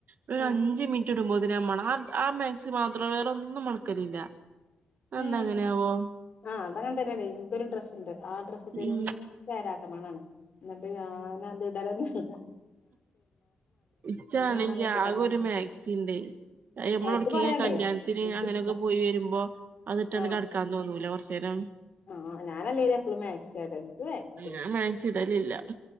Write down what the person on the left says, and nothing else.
ഉം
ഉം
ആഹ് അത അങ്ങന തന്നെയാണ് ഇനിക്കരു ഡ്രസ്സ്ണ്ട് ആ ഡ്രസ്സ് ഭയങ്കരാട്ട്
മണാണ് എന്നിട്ട് ഞാൻ അത് ഇടലന്നയില്ല
ഞാനങ്ങട്ടിടന്നല്ല
ഏച്ച് കൊറേണ്ടേ
എനിക്കിഷ്ടാ
ആഹ്
ആഹ് ഞാനല്ലേലും എപ്പളും മാക്സിയ ഇടല് എനിക്ക് വയ്യ